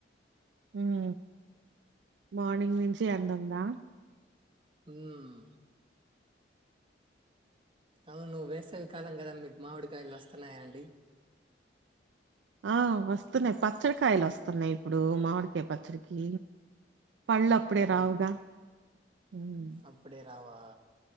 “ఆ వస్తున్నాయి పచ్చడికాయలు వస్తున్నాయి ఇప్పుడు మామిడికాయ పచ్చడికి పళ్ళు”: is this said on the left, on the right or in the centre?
Right